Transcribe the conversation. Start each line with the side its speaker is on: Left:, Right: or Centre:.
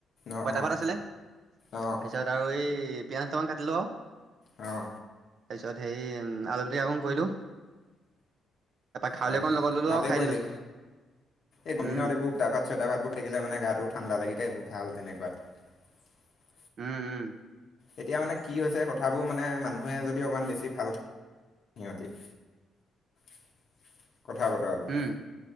Left: অঁ
Right: পঁইতা
Left: অঁ
Right: ভাত আছিলে তাৰপিছত
Left: অঁ
Right: আৰু এই পিয়াজ দুটামান কাটিলো আৰু
Left: আহঁ
Right: তাৰ পিছত সেই আলু পিটিকা অকণ কৰিলো। খাৰলি
Left: হয়।
Right: অকণ লগত ললো
Left: ভালেই
Right: আৰু খাই
Left: কৰিলি
Right: দিলো
Left: এই গম
Right: উম
Left: দিনত এইবোৰ দা ভাত চো ভাত বু থাকিলে মান গা ঠাণ্ডা লাগিতে এইবোৰ ভাল তেনেকুৱাত
Right: উম উম
Left: এতিয়া মানে কি হৈছে কথাবোৰ মানে মানুহে যদি অকমান বেছি ভাল হয় হয় <unintelligible> কথা বতৰাবোৰ
Right: উম